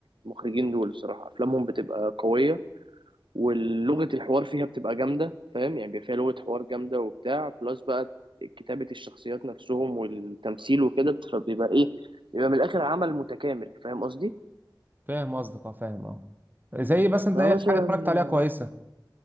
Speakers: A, on the right; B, on the right.
A: والمخرجين دول الصراحة افلامهم بتبقى قوية ولغة الحوار فيها بتبقى جامدة فاهم يعني بيبقى فيها لغة حوار جامدة وبتاع بلس بقى كتابة الشخصيات نفسهم والتمثيل وكده بت- فبيبقى إيه بيبقى من الآخر عمل متكامل فاهم قصدي؟
B: فاهم قصدك اه فاهم اه زي مثلا
A: فمثلا
B: ده اخر حاجه اتفرجت عليها كويسه